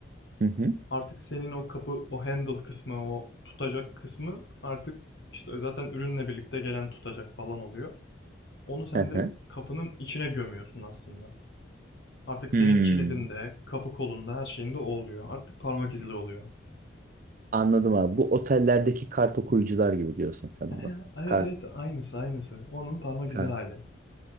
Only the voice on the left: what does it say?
Artık senin o kapı, o handle kısmı, o tutacak kısmı artık işte zaten ürünle birlikte gelen tutacak falan oluyor. Onu sen
direkt kapının içine gömüyorsun aslında. Artık
senin kilidinde, kapı kolunda, her şeyinde o oluyor. Artık parmak izli oluyor.
<laughs> Ehe,
Evet
evet aynısı aynısı. Onun parmak
izi hali.